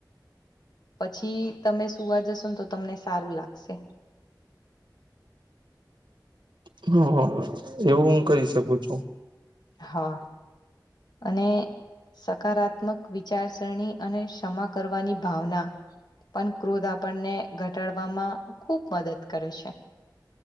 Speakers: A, on the left; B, on the right.
A: પછી તમે સુવા જશો ને તો તમને સારું લાગશે.
B: <unintelligible> એવું હું કરી શકું છું.
A: હા અને સકારાત્મક વિચારસરણી અને ક્ષમા કરવાની ભાવના પણ ક્રોધ આપણને ઘટાડવામાં ખૂબ મદદ કરે છે.